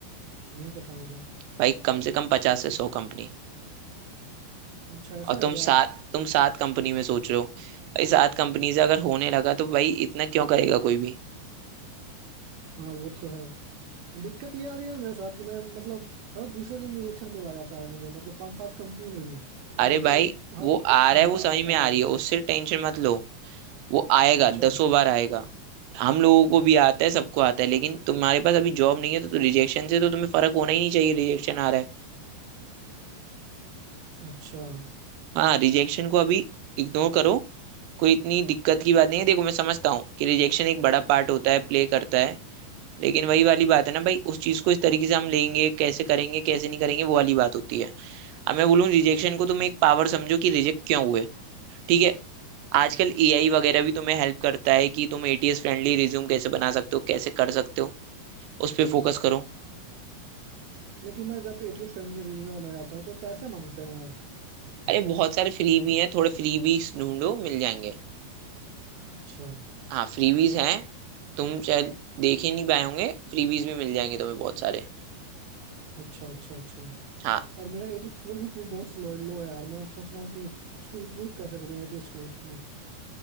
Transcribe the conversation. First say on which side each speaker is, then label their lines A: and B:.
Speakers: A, on the right; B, on the right.
A: नहीं पता मुझे
B: भाई कम से कम पचास से सौ कंपनी
A: अच्छा ऐसा
B: और तुम
A: है क्या
B: सात तुम सात कंपनी में सोच रहे हो भाई सात कंपनी से अगर होने लगा तो भाई इतना क्यों करेगा कोई भी
A: हाँ वो तो है दिक्कत ये आ रही है ना मेरे साथ कि मैं मतलब हर दूसरे दिन रिएक्शन मिला जाता है मुझे मतलब पांच सात कंपनियों में भी क्यों
B: अरे
A: मतलब
B: भाई
A: हर
B: वो
A: दिन
B: आ
A: रिजेक्शन
B: रहा है
A: मिला
B: वो
A: आ-
B: समझ
A: आ
B: में
A: रहा
B: आ रही
A: है।
B: है उससे टेंशन मत लो वो आएगा
A: अच्छा
B: दसों बार आएगा हम लोगों को भी आता है सबको आता है लेकिन तुम्हारे पास अभी जॉब नहीं है तो, तो रिजेक्शन से तो तुम्हें फर्क होना ही नहीं चाहिए रिजेक्शन आ रहा है
A: अच्छा
B: हाँ रिजेक्शन को अभी इग्नोर करो कोई इतनी दिक्कत की बात नहीं है देखो मैं समझता हूँ कि रिजेक्शन एक बड़ा पार्ट होता है प्ले करता है लेकिन वही वाली बात है ना भाई उस चीज को इस तरीके से हम लेंगे कैसे करेंगे कैसे नहीं करेंगे वो वाली बात होती है अब मैं बोलूँ रिजेक्शन को तुम एक पावर समझो कि रिजेक्ट क्यों हुए ठीक है आजकल एआई वगैरह भी तुम्हें हेल्प करता है कि तुम एटीएस फ्रेंडली रिज्यूम कैसे बना सकते हो कैसे कर सकते हो उस पर फोकस करो
A: लेकिन मैं जब एटीएस फ्रेंडली रिज्यूमे बनाना चाहता हूँ तो पैसे मांगते हैं यार
B: अरे बहुत सारे फ्री भी हैं थोड़े फ्री ढूंढो मिल जाएंगे
A: अच्छा
B: हाँ फ्रीबीज हैं तुम शायद देख ही नहीं पाए होंगे फ्रीबीज भी मिल जाएंगे तुम्हें बहुत सारे
A: अच्छा अच्छा अच्छा
B: हाँ
A: और मेरा एटीएस स्कोर भी पू- बहुत स्लो लो है यार मैं सोच रहा हूँ कि उसको इम्प्रूव कैसे करूँ एटीएस स्कोर को